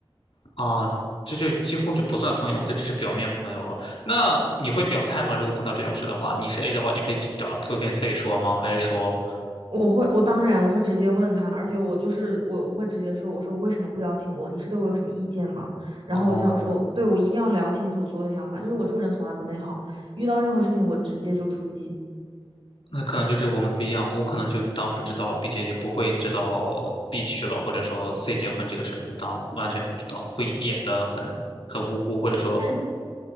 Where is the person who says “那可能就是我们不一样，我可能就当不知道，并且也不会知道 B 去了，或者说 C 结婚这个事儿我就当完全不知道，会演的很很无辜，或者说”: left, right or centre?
Left